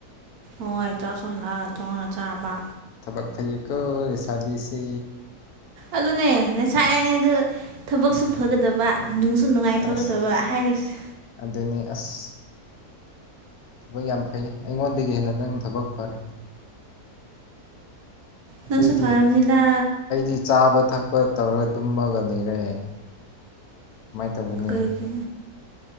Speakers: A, on the right (about 75°); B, on the left (about 80°).
A: ꯍꯣꯏ ꯆꯥꯛꯁꯨ ꯍꯜꯂꯛꯑꯒ ꯊꯣꯡꯉꯒ ꯆꯥꯕ
B: ꯊꯕꯛ ꯐꯩꯌꯦꯀꯣ ꯂꯩꯩꯁꯥꯕꯤꯁꯤ
A: ꯑꯗꯨꯅꯦ ꯂꯩꯁꯥꯏꯔꯤꯉꯩꯗ ꯊꯕꯛꯁꯨ ꯐꯒꯗꯕ ꯅꯨꯡꯁꯨ ꯅꯨꯡꯉꯥꯏꯊꯣꯛꯀꯗꯕ
B: ꯑꯁ
A: ꯍꯥꯏꯔꯤꯁꯦ
B: ꯑꯗꯨꯅꯤ ꯑꯁ ꯊꯕꯛ ꯌꯥꯝ ꯐꯩ ꯑꯩꯉꯣꯟꯗꯒꯤ ꯍꯦꯟꯅ ꯅꯪ ꯊꯕꯛ ꯐꯔꯦ
A: ꯅꯪꯁꯨ
B: ꯑꯩꯗꯤ
A: ꯐꯔꯝꯅꯤꯗ
B: ꯑꯩꯗꯤ ꯆꯥꯕ ꯊꯛꯄ ꯇꯧꯔꯒ ꯇꯨꯝꯃꯒ ꯂꯩꯔꯦ ꯀꯃꯥꯏꯅ ꯇꯧꯒꯅꯤ
A: ꯀꯩꯒꯤ